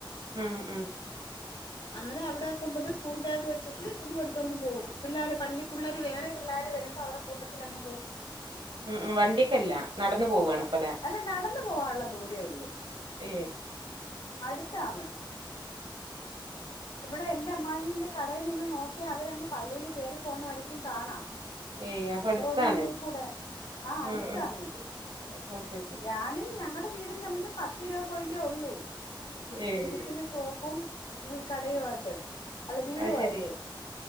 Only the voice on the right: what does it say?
ഉം ഉം
ഉം ഉം വണ്ടിക്കല്ല നടന്ന് പോവാണ്. അപ്പല്ലേ
ഏയ്
ഏയ് അപ്പൊ അടുത്താണ്
ഉം ഉം അത് ശരി
ഏയ്
അത് ശരി